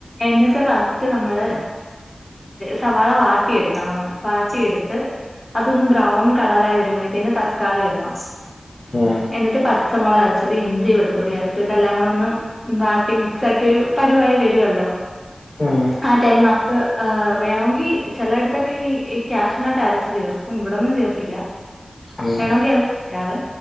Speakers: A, on the left; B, on the left.
A: എന്നിട്ട് ഫസ്റ്റ് നമ്മള് സവാള വാട്ടിയെടുക്കണമന്ന് വാട്ടിയ എടുത്ത് അതൊന്ന് ബ്രൗൺ കളറായി വരുമ്പോഴത്തേന് തക്കാളി ഇടണം
B: ഉം
A: എന്നിട്ട് ത ച്ചമൊളക് അരച്ചത് ഇഞ്ചി വെളുത്തുള്ളിഅരച്ചത് ഇതെല്ലാംകൂടെ ഒന്ന് ബാട്ടി മിക്സ്ആക്കിയൊരു പരുവായി വരുവല്ലോ
B: ആഹ്
A: ആ ടൈം നമുക്ക് വേണോങ്കി ചെലയിടത്തൊക്കെ ഈ ക്യാഷ്നട്ട് അരച്ച്ചേർക്കും ഇവിടൊന്നുംചേർക്കില്ല
B: ഉം
A: വേണോങ്കിഅഹ് ക്കാവേ